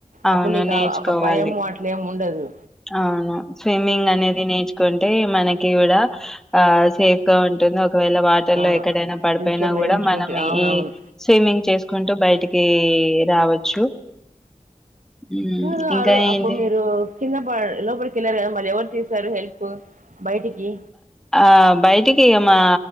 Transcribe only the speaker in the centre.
అవును.
నేర్చుకోవాలి.
అవును స్విమ్మింగ్ అనేది నేర్చుకుంటే మనకి కూడా ఆ సేఫ్ గా ఉంటుంది ఒక్ ఒకవేళ వాటర్
లో ఎక్కడైనా పడిపోయినా
కూడా
మనం
ఈ స్విమ్మింగ్ చేసుకుంటూ బయటికీ రావచ్చు. హ్మ్.
ఇంకా
ఏంటి
ఆ బయటికి ఇగ మా